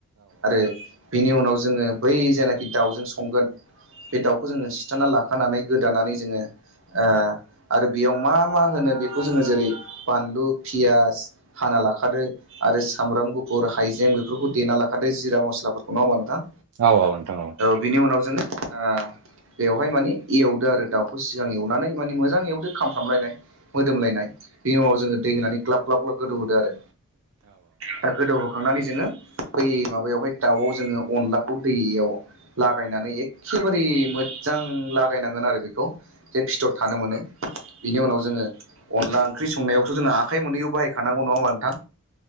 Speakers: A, on the right (about 60°); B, on the right (about 80°).
A: आरो बिनि उनाव जोङो बै जेनाखि दाउजों संगोन बे दाउखौ जोङो सिथाराना लाखानानै गोदानानै जोङो ओ आरो बेयाव मा मा होनो बेखौ जोङो जेरै बानलु पियास हाना लाखादो। आरो सामब्राम गुफुर हाइजें बेफोरखौ देना लाखादो जिरा मस्लाफोरखौ नङा होनबा नोंथां।
B: औ औ नोंथां औ।
A: बिनि उनाव जों ओ बेवहाय माने एवदो आरो दाउखौ सिगां एवनानै माने मोजां एवदो खामफ्रामलायनाय। मोदोमलायनाय बेनि उनाव जोङो दै होनानै ग्लाब ग्लाब ग्लाब गोदौहोदो आरो। दा गोदौ खांनानै जोङो बै माबायावहाय दाउआव जोङो अनलाखौ दैयाव लागायनानै एखेबारे मोजां लागायनांगोन आरो बेखौ। जे फिथर थानो मोनो बेनि उनाव जोङो अनला ओंख्रि संनायावथ' जोंङो आखाइ मोनहैयो बाहाय खानांगौ नङा होनबा नोंथां।